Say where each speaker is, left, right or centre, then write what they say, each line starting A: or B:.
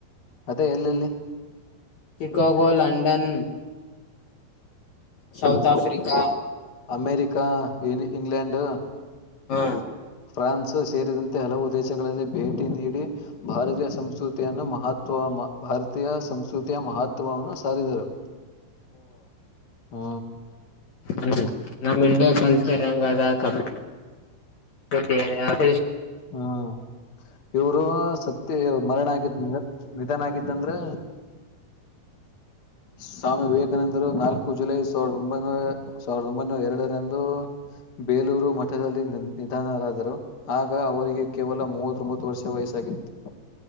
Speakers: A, on the left; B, on the left.
A: ಅದೇ ಎಲ್ಲೆಲ್ಲಿ
B: Chicago London South Africa
A: America ಕ ಇ ಇಂಗ್ಲೆಂಡ್.
B: ಹಾ
A: ಫ್ರಾನ್ಸ್ ಸೇರಿದಂತೆ ಹಲವು ದೇಶಗಳಲ್ಲಿ ಭೇಟಿ ನೀಡಿ ಭಾರತೀಯ ಸಂಸ್ಕೃತಿಯನ್ನು ಮಹತ್ವ ಭಾರತೀಯ ಸಂಸ್ಕೃತಿಯ ಮಹತ್ವವನ್ನು ಸಾರಿದರು. ಹ್ಮ
B: ಹ ನಮ್ ಇಂಡ್ ಕಲ್ಚರ್ ದ ಸಂಟ್ಟ <unintelligible>
A: ಹ್ಮ ಇವರು ಸತ್ತಿ ಮರಣ ಆಗಿದ್ನ ಚನಾಗಿತ್ತಂದ್ರೆ ಸ್ವಾಮಿ ವಿವೇಕಾನಂದರು ನಾಲ್ಕು ಜುಲೈ ಸಾವಿರದ ಒಂಬೈನೂರ ಸಾವಿರದ ಒಂಬೈನೂರ ಎರಡರಂದು ಬೇಲೂರು ಮಠದಲ್ಲಿ ನಿ ನಿಧನರಾದರು ಆಗ ಅವರಿಗೆ ಕೇವಲ ಮೂವತ್ ಬತ್ತು ವರ್ಷ ವಯಸ್ಸಾಗಿತ್ತು.